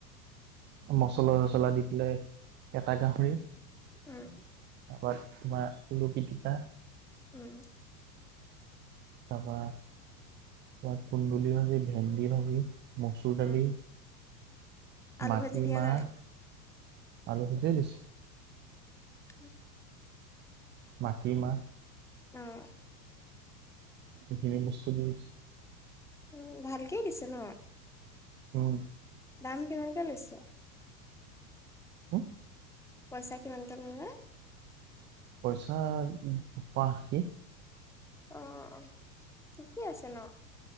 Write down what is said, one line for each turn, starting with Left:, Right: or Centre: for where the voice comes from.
Right: মচলা-চছলা দি পেলাই এটা গাহৰি।
Centre: উম।
Right: তাৰপা তোমাৰ আলু পিটিকা।
Centre: উম।
Right: তাৰপা তোমাৰ কুন্দুলি ভাজি, ভেন্দি ভাজি, মচুৰ
Centre: উম
Right: দালি,
Centre: আলু
Right: মাটিমাহ।
Centre: ভাজি দিয়া নাই
Right: আলু সেইটোৱে দিছে।
Centre: <unintelligible>
Right: মাটি মাহ।
Centre: অঁ
Right: এইখিনি বস্তু দি দিছে।
Centre: উম ভালকে দিছে ন।
Right: উম
Centre: দাম কিমানকে লৈছে
Right: <unintelligible>
Centre: পইচা কিমানকে কমিলে
Right: পইচা উম এশ আষি
Centre: অ অ ঠিকেই আছে ন।